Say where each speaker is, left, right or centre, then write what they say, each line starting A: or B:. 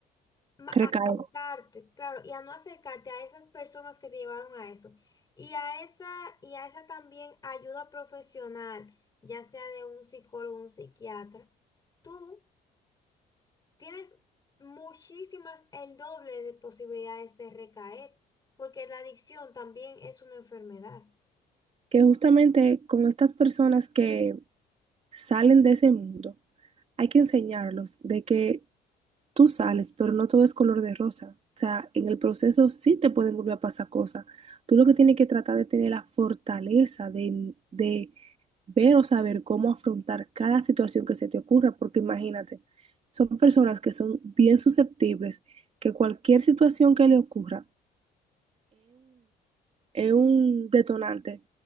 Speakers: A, on the left (about 20°); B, on the right (about 40°).
A: ma-
B: recalco
A: acercarte, claro, y a no acercarte a esas personas que te llevaron a eso, y a esa, y a esa también ayuda profesional, ya sea de un psicólogo, un psiquiatra. tú tienes muchísimas, el doble de posibilidades de recaer, porque la adicción también es una enfermedad.
B: que justamente con estas personas que salen de ese mundo, hay que enseñarlos de que tú sales, pero no todo es color de rosa. O sea, en el proceso sí te pueden volver a pasar cosas. Tú lo que tienes que tratar de tener la fortaleza de, de ver o saber cómo afrontar cada situación que se te ocurra, porque imagínate, son personas que son bien susceptibles, que cualquier situación que le ocurra es un detonante